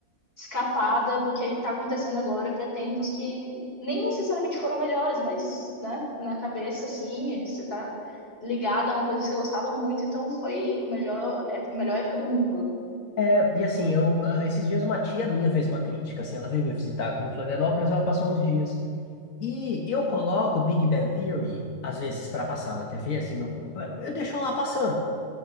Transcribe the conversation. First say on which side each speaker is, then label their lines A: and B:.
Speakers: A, on the left; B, on the left.
A: escapada do que está acontecendo agora para tempos que nem necessariamente foram melhores, mas, né, na cabeça, assim, você está ligado a uma coisa que você gostava muito, então foi o melhor, é, a melhor época do mundo.
B: É, e assim, eu, ah, esses dias uma tia minha fez uma crítica, assim, ela veio me visitar aqui em Florianópolis, ela passou uns dias. E eu coloco Big Bang Theory, às vezes, para passar na TV, assim, no- eu deixo lá passando.